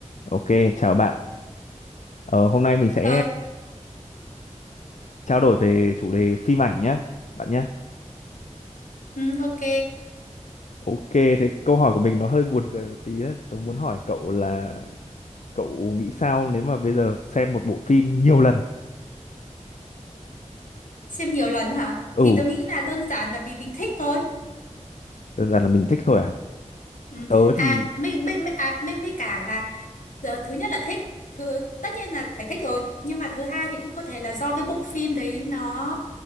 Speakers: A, on the left; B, on the left.
A: Ok, chào bạn. Ờ, hôm nay mình sẽ
B: Ờ,
A: trao đổi về chủ đề phim ảnh nhé, bạn nhé.
B: ừ, ok.
A: Ok, thế câu hỏi của mình nó hơi buồn cười một tí đấy. Tôi muốn hỏi cậu là cậu nghĩ sao nếu mà bây giờ xem một bộ phim nhiều lần?
B: Xem nhiều lần hả?
A: Ừ,
B: Thì tớ nghĩ là đơn giản là vì mình thích thôi.
A: đơn giản là mình thích thôi à.
B: Ừ.
A: Tớ
B: À,
A: thì
B: mấy, mấy, mấy, à, mấy, mấy cả là ờ, thứ nhất là thích. Thứ, tất nhiên là phải thích rồi. Nhưng mà thứ hai thì cũng có thể là do cái bộ phim đấy nó